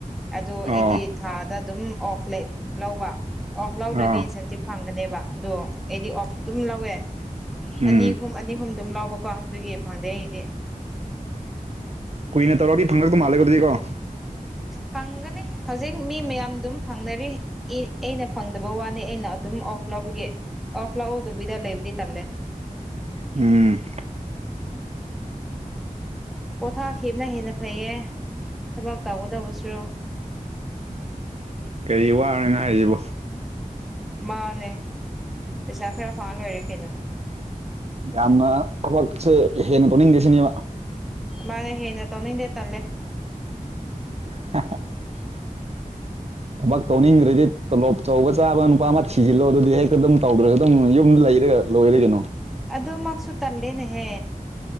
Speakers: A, in the centre; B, on the right (about 50°).
A: ꯑꯗꯣ
B: ꯑꯣ
A: ꯑꯩꯗꯤ ꯊꯥꯗ ꯑꯗꯨꯝ ꯑꯣꯐ ꯂꯧꯂꯧꯕ ꯑꯣꯐ ꯂꯧꯗ꯭ꯔꯗꯤ
B: ꯑꯥ
A: ꯏꯟꯁꯦꯟꯇꯤꯞ ꯐꯪꯒꯅꯦꯕ ꯑꯗꯣ ꯑꯩꯗꯤ ꯑꯣꯐ ꯑꯗꯨꯝ ꯂꯧꯋꯦ
B: ꯎꯝ
A: ꯑꯅꯤ ꯑꯍꯨꯝ ꯑꯅꯤ ꯑꯍꯨꯝ ꯑꯗꯨꯝ ꯂꯧꯕꯀꯣ ꯑꯗꯨꯒꯤ ꯐꯪꯗꯦ ꯑꯩꯒꯤꯗꯤ꯫
B: ꯀꯨꯏꯅ ꯇꯔꯥꯛꯗꯤ ꯐꯪꯂꯛꯄ ꯃꯥꯜꯂꯦ ꯑꯗꯨꯗꯤꯀꯣ꯫
A: ꯐꯪꯒꯅꯤ ꯍꯧꯖꯤꯛ ꯃꯤ ꯃꯌꯥꯝ ꯑꯗꯨꯝ ꯐꯪꯅꯔꯤ꯫ ꯑꯩꯅ ꯐꯪꯗꯕ ꯋꯥꯅꯤ ꯑꯩꯅ ꯑꯗꯨꯝ ꯑꯣꯐ ꯂꯧꯕꯒꯤ ꯑꯣꯐ ꯂꯧꯗꯕꯤꯗ ꯂꯩꯕꯗꯤ ꯇꯜꯂꯦ꯫
B: ꯎꯝ
A: ꯄꯣꯊꯥ ꯍꯦꯅ ꯍꯦꯟꯅ ꯐꯩꯌꯦ ꯊꯕꯛ ꯇꯧꯒꯗꯕꯁꯨ
B: ꯀꯔꯤ ꯋꯥꯅꯣꯅꯦ ꯍꯥꯏꯗꯨꯕꯣ꯫
A: ꯃꯥꯅꯦ ꯄꯩꯁꯥ ꯈꯔ ꯐꯥ ꯂꯣꯏꯔꯦ ꯀꯩꯅꯣ
B: ꯌꯥꯝꯅ ꯊꯕꯛꯁꯦ ꯍꯦꯟꯅ ꯇꯧꯅꯤꯡꯗꯦ ꯁꯤꯅꯦꯕ꯫
A: ꯃꯥꯅꯦ ꯍꯦꯟꯅ ꯇꯧꯅꯤꯡꯗꯦ ꯇꯜꯂꯦ꯫
B: <unintelligible> ꯊꯕꯛ ꯇꯧꯅꯤꯡꯗ꯭ꯔꯗꯤ ꯇꯣꯂꯣꯞ ꯑꯆꯧꯕ ꯆꯥꯕ ꯅꯨꯄꯥ ꯑꯃ ꯊꯤꯖꯤꯜꯂꯣ ꯑꯗꯨꯗꯤ ꯍꯦꯛꯇ ꯑꯗꯨꯝ ꯇꯧꯗ꯭ꯔꯒ ꯑꯗꯨꯝ ꯌꯨꯝꯗ ꯂꯩꯔꯒ ꯂꯣꯏꯔꯦꯕ ꯀꯩꯅꯣ꯫
A: ꯑꯗꯨꯃꯛꯁꯨ ꯇꯜꯂꯦꯅꯦꯍꯦ